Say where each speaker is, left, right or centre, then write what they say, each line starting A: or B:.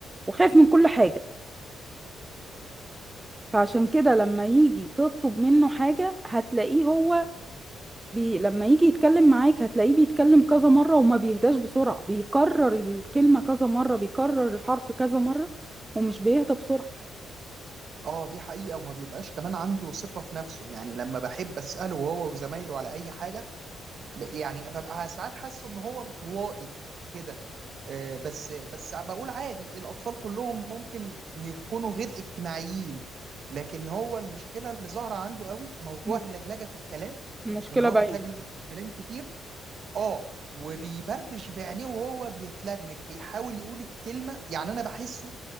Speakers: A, on the right (about 15°); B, on the right (about 60°).
A: وخايف من كل حاجة فعشان كده لما يجي تطلب منه حاجة هتلاقيه هو بي... لما يجي يتكلم معاك هتلاقيه بيتكلم كذا مرة وما بيهداش بسرعة بيكرر الكلمة كذا مرة بيكرر الحرف كذا مرة ومش بيهدى بسرعة
B: اه دي حقيقه وما بيبقاش كمان عنده ثقه في نفسه يعني لما بحب اساله هو وزمايله على اي حاجه ب- يعني ببقى ساعات حاسس ان هو انطوائي كده آه، بس بس بقول عادي الأطفال كلهم ممكن يكونوا غير اجتماعيين لكن هو المشكلة اللي ظاهرة عنده قوي موضوع
A: م-
B: اللجلجة في الكلام
A: المشكلة
B: إن هو
A: باينة
B: بيتلجلج في الكلام كتير آه وبيبربش بعينيه وهو بيتلجلج بيحاول يقول الكلمة يعني أنا بحسه